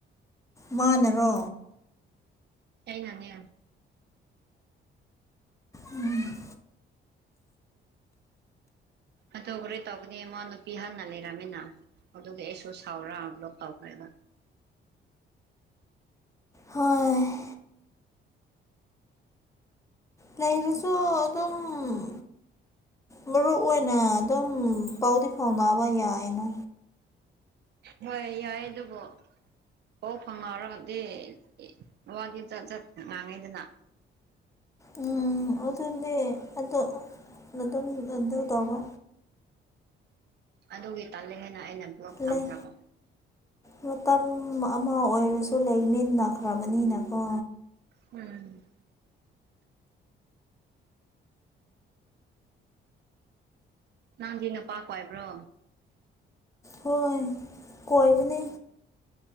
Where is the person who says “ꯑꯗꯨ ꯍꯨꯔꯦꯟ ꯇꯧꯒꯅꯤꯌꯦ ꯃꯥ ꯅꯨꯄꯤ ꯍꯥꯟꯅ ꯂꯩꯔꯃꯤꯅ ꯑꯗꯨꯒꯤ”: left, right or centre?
Right